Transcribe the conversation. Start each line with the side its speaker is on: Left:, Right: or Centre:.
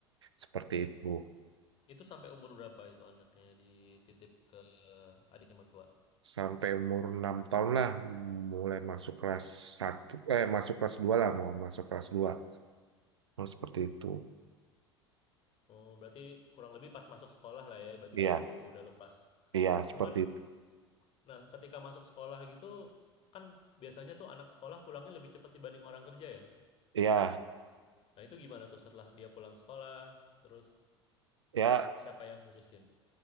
Right: Seperti
Left: it-
Right: itu.
Left: itu sampai umur berapa itu anaknya dititip ke adiknya mertua?
Right: sampai umur 6 tahun lah mulai masuk kelas satu, eh masuk kelas 2 lah mau masuk kelas 2, oh, seperti itu
Left: Oh, berarti kurang lebih pas masuk sekolah lah ya, berarti
Right: iya
Left: baru udah lepas.
Right: iya
Left: Cuman,
Right: seperti itu
Left: nah ketika masuk sekolah gitu, kan biasanya tuh anak sekolah pulangnya lebih cepat dibanding orang kerja ya.
Right: iya
Left: Nah, itu gimana tuh setelah dia pulang sekolah, terus
Right: ya
Left: siapa yang ngurusin?